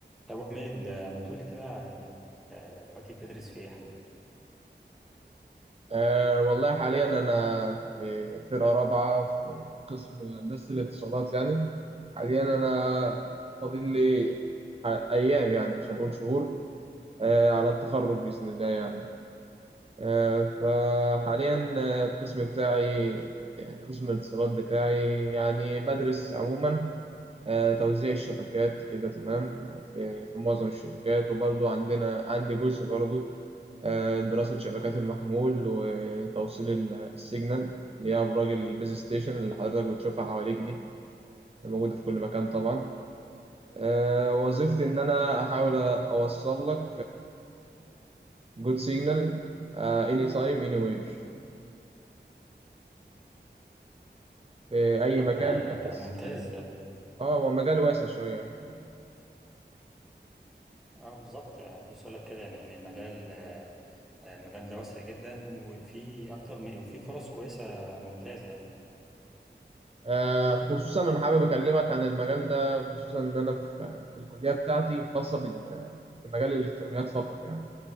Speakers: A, in the centre; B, on the right.
A: طب ابو حميد آه، ما تقول لي كده انت آه، دلوقتي بتدرس في ايه يا حبيبي
B: أه والله حاليا أنا في فرقة رابعة في قسم هندسة الاتصالات يعني حاليا أنا فاضل لي ح- أيام يعني مش هنقول شهور أه على التخرج بإذن الله يعني أه فحاليا آه، القسم بتاعي قسم الاتصالات بتاعي يعني بدرس عموما أه توزيع الشبكات كده تمام في, في معظم الشركات وبرضو عندنا عندي جزء برضو آه، دراسة شبكات المحمول وتوصيل ال- السيجنال اللي هي أبراج البيز ستيشن اللي حضرتك بتشوفها حواليك دي موجودة في كل مكان طبعا آه، وظيفتي إن أنا أحاول أوصل لك جود سيجنال اني تايم اني وير في أي
A: طب
B: مكان
A: آه،
B: بحيث
A: ممتاز ده
B: اه هو مجال واسع شوية
A: اه بالظبط آه، كنت لك كده يعني يعني المجال آه، آه، المجال ده واسع جدا وفي اكتر من وفي فرص كويسه ممتازه يعني
B: آه، خصوصا أنا حابب أكلمك عن المجال ده خصوصا إن أنا في آه، الكلية بتاعتي خاصة بال- آه، بمجال الإلكترونيات فقط يعني